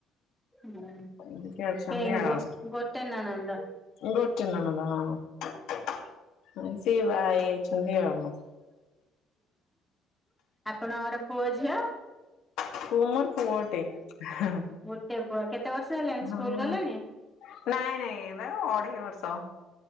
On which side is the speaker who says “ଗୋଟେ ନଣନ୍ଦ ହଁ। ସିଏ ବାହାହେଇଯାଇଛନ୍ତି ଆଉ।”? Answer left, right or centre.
Left